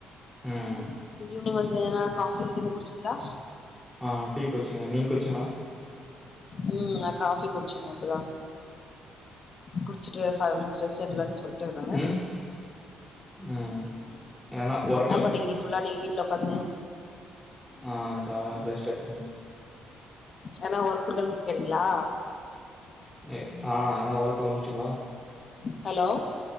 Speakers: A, in the centre; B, on the left.
A: ம்
B: ஈவினிங் வந்து எதுனா காபி கிபி குடிச்சுட் லா
A: ஆ டீ குச்சேங்க நீங்க குச்சீங்களா
B: ம் நா காபி குடுச்சேங்க இப்பதா குடுச்சுட்டு ஃபைவ் மினிட்ஸ் ரெஸ்ட் எடுக்கலான் சொல்ட்டு இருந்தங்க
A: ம் ம் ஏன்னா ஒர்க்கு
B: என்ன பண்ணீங்க இன்னைக்கு ஃபுல்லா நீங்க வீட்ல உக்காந்துனு
A: மா ஆ ஆ <unintelligible> ரெஸ்ட் எடுக்கனு
B: என்னா ஒர்க் இருக்குறன் தெரியுங்ளா
A: எ ஆ எதனா ஒர்க்குல்லா முடுச்டீங்ளா
B: ஹலோ